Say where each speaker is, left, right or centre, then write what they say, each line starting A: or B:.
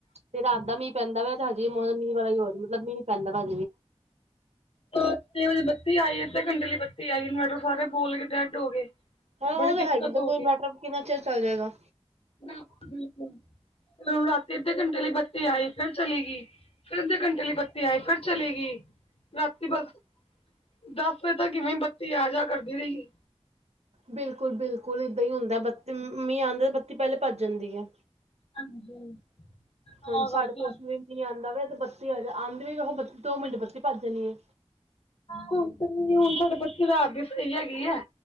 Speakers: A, on the right; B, on the left.
A: ਤੇ ਰਾਤ ਦਾ ਮੀਂਹ ਪੈਂਦਾ ਵਾ ਤੇ ਹਜੀ ਮੀਂਹ ਵਾਲਾ ਹੋ ਮਤਲਬ ਮੀਂਹ ਪੈਂਦਾ ਵਾ।
B: ਤਾਂ ਛੇ ਵਜੇ ਬੱਤੀ ਆਈ ਅੱਧੇ ਘੰਟੇ ਲਈ ਬੱਤੀ ਆਈ ਇੰਵਰਟਰ ਸਾਰੇ ਬੋਲ ਕੇ ਡੈੱਡ ਹੋ ਗਏ।
A: ਹਾਂ
B: ਬੜੀ
A: ਉਹ ਤਾਂ
B: ਦਿੱਕਤ
A: ਹੈਗੀ ਦੇਖੋ
B: ਹੋ
A: ਇਨਵਰਟਰ ਕਿੰਨਾ ਚਿਰ ਚੱਲ ਜਾਏਗਾ।
B: ਬਿਲਕੁਲ ਬਿਲਕੁਲੁ ਰਾਤੀ ਅੱਧੇ ਘੰਟੇ ਲਈ ਬੱਤੀ ਆਏ ਫਿਰ ਚੱਲੇ ਗਈ। ਫਿਰ ਅੱਧੇ ਘੰਟੇ ਲਈ ਬੱਤੀ ਆਏ ਫਿਰ ਚਲੀ ਗਈ ਰਾਤੀ ਬਸ ਦੱਸ ਵਜੇ ਤੱਕ ਕਿਵੇਂ ਬੱਤੀ ਆ ਜਾ ਕਰਦੀ ਰਹੀ।
A: ਬਿਲਕੁਲ -ਬਿਲਕੁਲ ਏਦਾਂ ਹੀ ਹੁੰਦਾ, ਬੱਤੀ ਮੀਂਹ ਆਉਂਦੇ ਬੱਤੀ ਪਹਿਲੇ ਭੱਜ ਜਾਂਦੀ ਹੈ।
B: ਹਾਂਜੀ ਤਾਂ
A: ਹਾਂਜੀ,
B: ਕਰਕੇ
A: ਸਾਢੇ ਪੰਜ ਵੱਜੇ ਮੀਂਹ ਆਉਂਦਾ ਵੇ ਤੇ ਬੱਤੀ ਆ ਆਂਉਦੀ ਵੀ ਬੱਤੀ ਦੋ ਮਿੰਟ ਬੱਤੀ ਭੱਜ ਜਾਣੀ ਹੈ।
B: ਹੁਣ ਤਾਂ ਹੁਣ ਸਾਡੇ ਬੱਤੀ ਰਾਤ ਦੀ ਸਹੀ ਹੈਗੀ ਹੈ